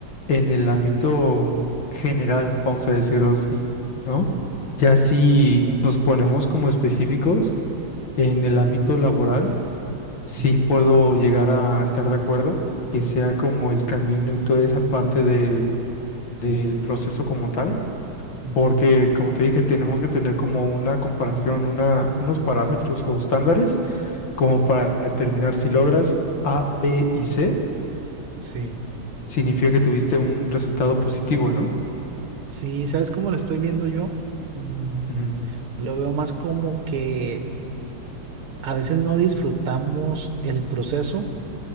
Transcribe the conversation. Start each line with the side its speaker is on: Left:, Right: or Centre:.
Left: en el ámbito general, vamos a decirlo así, ¿no?
Right: ujú,
Left: Ya si nos ponemos como específicos en el ámbito laboral, sí
Right: ujú,
Left: puedo llegar a estar de acuerdo, que sea como el camino y toda esa parte del, del proceso como tal,
Right: ujú.
Left: porque como te dije, tenemos que tener como una comparación, una, unos parámetros o estándares como para determinar si logras A, B y C,
Right: Sí.
Left: significa que tuviste
Right: ujú.
Left: un resultado positivo, ¿no?
Right: Sí, ¿sabes cómo lo estoy viendo yo? Mm,
Left: Ujú.
Right: lo veo más como que A veces no disfrutamos el proceso